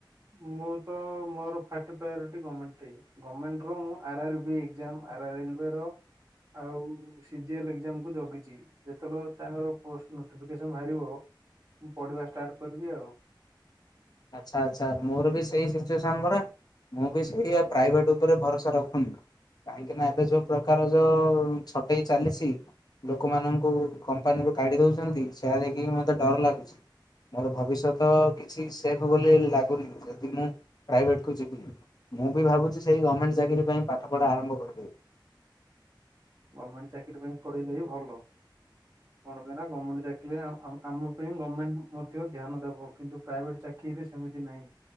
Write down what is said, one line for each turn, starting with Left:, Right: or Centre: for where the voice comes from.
Right: ମୁଁ ତ ମୋର ଫାଟ ପ୍ରାୟୋରିଟି ଗମେଣ୍ଟ ଟି। ଗୋର୍ଣ୍ମେଣ୍ଟ ର ମୁଁ R R B exam R R B railway ର। ଆଉ ସି ଜି ଏ ଲ ଏକ୍ଜାମ କୁ ଜଗିଛି। ଯେତେବେଳେ ତାଙ୍କର ପୋଷ୍ଟ ନୋଟିଫିକେସନ ବାହାରିବ ମୁଁ ପଢିବା ଷ୍ଟାର୍ଟ କରିବି ଆଉ।
Left: ଆଚ୍ଛା ଆଛା ମୋର ବି ସେଇ ସିଚୁଏସନ ପରା। ମୁଁ ବି ସେଇଆ ପ୍ରାଇଭେଟ ଉପରେ ଭରସା ରଖୁନି। କାହିଁକି ନା ଏବେ ଯୋଉ ପ୍ରକାର ଯୋଉ ଛଟେଇ ଚାଲିଛି। ଲୋକମାନଙ୍କୁ କମ୍ପାନୀରୁ କାଢ଼ି ଦଉଛନ୍ତି ସେୟା ଦେଖିକି ମତେ ଡର ଲାଗୁଛି। ମୋର ଭବିଷ୍ୟତ କିଛି ସେଫ ବୋଲି ଲାଗୁନି ଯଦି ମୁଁ ପ୍ରାଇଭେଟ କୁ ଯିବି। ମୁଁ ବି ଭାବୁଛି ସେଇ ଗମେଣ୍ଟ ଚାକିରି ପାଇଁ ପାଠ ପଢ଼ା ଆରମ୍ଭ କରିଦେବି।
Right: ଗମେଣ୍ଟ ଚାକିରି ପାଇଁ ପ଼ଢ଼ିଲେ ହିଁ ଭଲ। କ ଣ ପାଇଁ ନା ଗମେଣ୍ଟ ଚାକିରି ଆ-ଆମ-ଆମ ପାଇଁ ଗମେଣ୍ଟ ମଧ୍ୟ ଧ୍ୟାନ ଦେବ କିନ୍ତୁ ପ୍ରାଇଭେଟ ଚା ରେ ସେମିତି ନାହିଁ